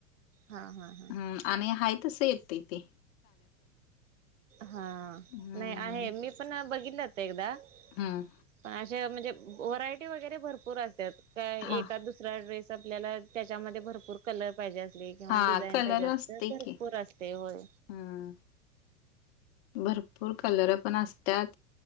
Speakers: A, on the right (about 85°); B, on the left (about 55°).
A: हा हा हा
B: हं आणि हाय तसं येतय तेे
A: हा,
B: हम्म
A: नाही आहे, मी पण बघितल होतं, एकदा
B: हम्म
A: अशा म्हणजे व्हरायटी वगैरे भरपूर असतत्यात का
B: हा
A: एकाद दुस दुसरा ड्रेस, आपल्याला, त्याच्यामध्ये भरपूर कलर पाहिजे असले किंवा
B: हा
A: डिझाईन
B: कलर
A: पाहिजे असत,
B: असतंय
A: भरपूर
B: की
A: असते होय
B: हम्म भरपूर कलर पण असत्यात,